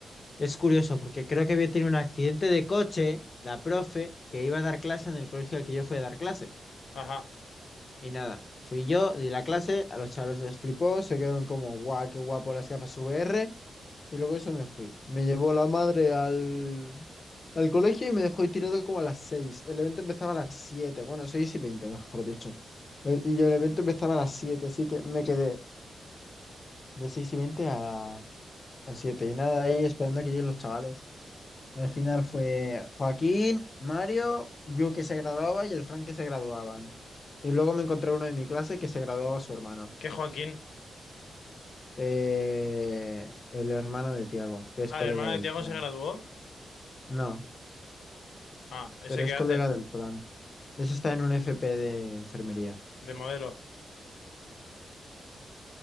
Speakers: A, on the left; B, on the left.
A: es curioso, porque creo que había tenido un accidente de coche, la profe, que iba a dar clase en el colegio al que yo fui a dar clase.
B: Ajá.
A: Y nada, fui yo, di la clase, a los chavales les flipó, se quedaron como, guau, qué guapo las gafas V R Y luego eso me fui. Me llevó la madre al, al colegio y me dejó ahí tirado como a las seis El evento empezaba a las siete bueno, seis y veinte mejor dicho. El- y el evento empezaba a las siete así que me quedé de 6 y 20 a, a siete Y nada, ahí esperando a que lleguen los chavales. Al final fue Joaquín, Mario, yo que se graduaba y el Frank que se graduaban. Y luego me encontré uno de mi clase que se graduaba su hermano.
B: ¿Qué Joaquín?
A: Eh, el hermano de Tiago, que es
B: Ah,
A: colega
B: ¿el hermano
A: del
B: de Tiago
A: Frank.
B: se graduó?
A: No.
B: Ah, ¿ese
A: pero
B: qué
A: es
B: hace?
A: colega del Fran. Eso está en un FP de enfermería.
B: De modelo.